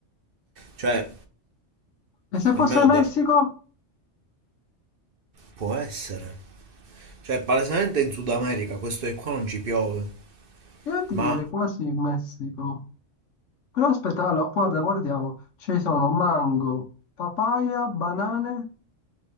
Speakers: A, on the right; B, on the left.
A: Cioè,
B: E se
A: almeno
B: fosse
A: da...
B: Messico?
A: Può essere. Cioè, palesemente in Sud America questo che qua non ci piove,
B: Io ti
A: ma
B: direi quasi Messico. Però aspetta, allora, guarda, guardiamo. Ci sono mango, papaya, banane